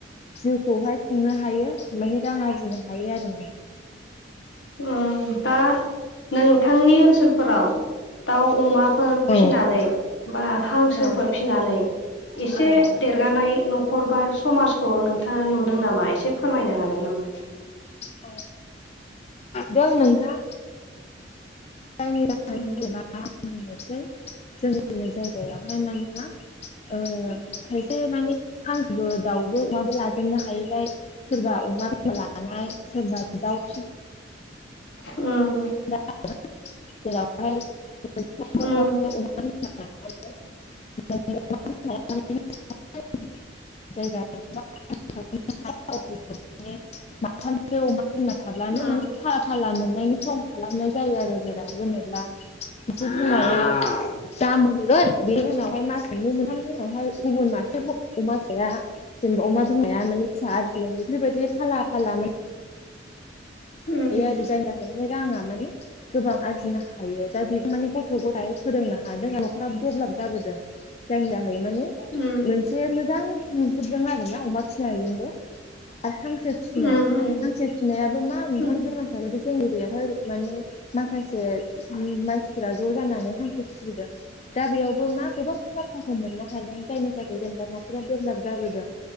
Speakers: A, on the left (about 35°); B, on the left (about 80°).
A: जिउखौहाय खुंनो हायो माने रां आरजिनो हायो आरो <inaudible>
B: ओ दा नोंथांनि ओनसोलफोराव दाउ अमा फोर फिसिनानै
A: औ
B: बा हांसोफोर
A: औ
B: फिनानै एसे
A: औ
B: जगानाय न'खर बा समाजखौ नोंथाङा नुदों नामा एसे फोरमायनो हागोन नामा?
A: <unintelligible> औ जों नोंथां जायनि थाखाय
B: उम
A: जेनेबा आं बुंनोसै जोंनि जायगायावहाय मानि मा ओ खायसे माने हांसोबो दाउबो अमाबो लाजोबो नो हायैलाय सोरबा अमा लानाय सोरबा दाउ फिसि
B: उम
A: <unintelligible> <unintelligible>
B: उम
A: <unintelligible> <unintelligible> बिमा थाब्लानो
B: उम
A: माने फाला फाला मोननायनि सम खालामनाय जायो आरो जेराव जेनेब्ला <unintelligible>
B: औ
A: दाम मोनगोन बेनि उनावहाय मास मोननै मोनथामनि उनावहाय गुबुन मासे अमा फिनाया जेनेबा अमा बिमाया माने फिसा आरजिगोन बेफोरबायदि फाला फाला
B: उम
A: बे जाय जागोनलै राङा माने गोबां आरजिनो हायो दा बेखौ माने गथ' गथाय फोरोंनो हादों आरो न'खराबो डेभेलप जाबोदों जायनि थाखाय माने
B: उम
A: मोनसे मोजां नुदों आरोना अमा फिसिनायजोंबो आरो हांसो फिसिनाय
B: उम उम
A: हांसो फिनायाबो मा मोन ओंखाम
B: उम
A: फोरमान थाब जोंनि बेयावहाय माने माखासे मानसि फ्रा ज' जानानै हांसो फिसिदों दा बेयावबो मा गोबां मुलाम्फा खौ मोननो हादों जायनि थाखाय जेनेबा न'खरा डेभलप जाबोदों